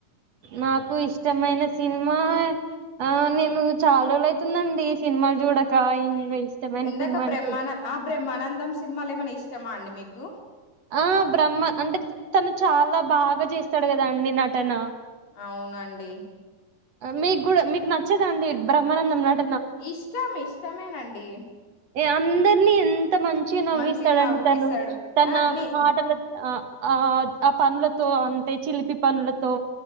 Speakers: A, on the right; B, on the left.
A: నాకు ఇష్టమైన సినిమా ఆ నేను చాలా రోజులు అయితుందండి. ఈ సినిమాలు చూడక ఇంగా ఇష్టమైన
B: ఇందాక
A: సినిమా
B: బ్రహ్మాన
A: అంటే
B: ఆ బ్రహ్మానందం సినిమాలు ఏమన్నా ఇష్టమా అండి మీకు
A: ఆ బ్రహ్మ అంటే తను చాలా బాగా చేస్తాడు కదా అండి నటన
B: అవునండి
A: మీకు కూడా మీకు నచ్చదండి బ్రహ్మానందం న
B: ఇష్టమె ఇష్టమేనండి
A: ఏ అందరినీ ఎంత మంచిగా నవ్విస్తాడు
B: మంచిగా నవ్విపిస్తాడు
A: అండి తను తన
B: ఆ నీ
A: ఆటల ఆ ఆ ఆ పనులతో అంటే చిలిపి పనులతో